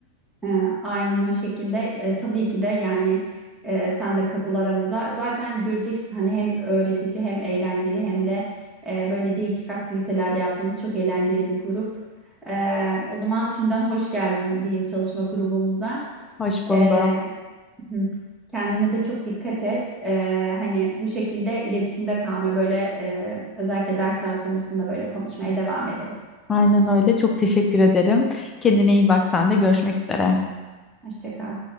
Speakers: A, in the centre; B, on the left.
A: E, aynen o şekilde. E, tabii ki de yani e, sen de katıl aramıza. Zaten göreceksin hani hem öğretici hem eğlenceli hem de e, böyle değişik aktivitelerde yaptığımız çok eğlenceli bir grup. E, o zaman şimdiden hoş geldin diyeyim çalışma grubumuza.
B: <laughs> Hoş buldum.
A: E, Hı. Kendine de çok dikkat et. Ee, hani bu şekilde iletişimde kalma böyle e, özellikle dersler konusunda böyle konuşmaya devam ederiz.
B: Aynen öyle. Çok teşekkür ederim. Kendine iyi bak sen de görüşmek üzere.
A: Hoşça kal.